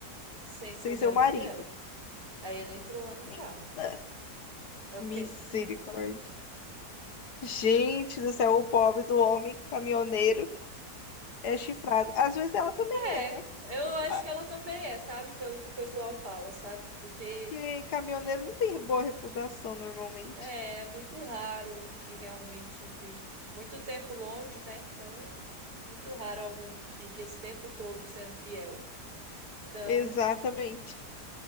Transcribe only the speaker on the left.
sem
ser o marido.
Eita,
misericórdia.
Gente do céu, o pobre do homem caminhoneiro é chifrado. Às vezes ela também
é, né?
Sei
lá.
Porque caminhoneiro não tem boa reputação normalmente.
Exatamente.